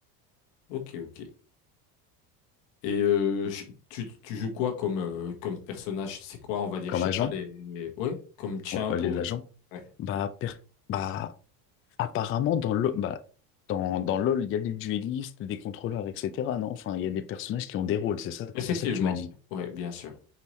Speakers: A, on the left; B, on the left.
A: Ok, ok. Et euh, ch- tu, tu joues quoi comme, euh, comme personnage? C'est quoi, on va dire,
B: Comme
A: je sais
B: agent?
A: pas, les... les- Ouais, comme champ
B: Ouais, euh, les
A: ou...
B: agents?
A: Ouais.
B: Bah, per- bah apparemment, dans le bah, dans, dans LoL, il y a des duellistes, des contrôleurs, etc. Non? Enfin, il y a des personnages qui ont des rôles, c'est ça,
A: Effectivement,
B: c'est ça que tu m'as dit.
A: ouais, bien sûr.